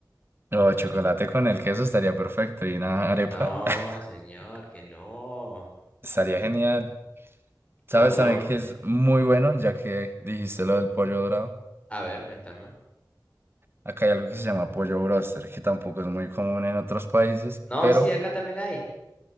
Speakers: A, on the right; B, on the left.
A: O chocolate con el queso estaría perfecto y una
B: Que
A: arepa
B: no,
A: <laughs>
B: señor, que no.
A: estaría genial. ¿Sabes
B: ¿Por dónde?
A: también que es muy bueno, ya que dijiste lo del pollo dorado?
B: A ver, cuéntame.
A: Acá hay algo que se llama pollo broster, que tampoco es muy común en otros países,
B: No,
A: pero
B: sí, acá también hay.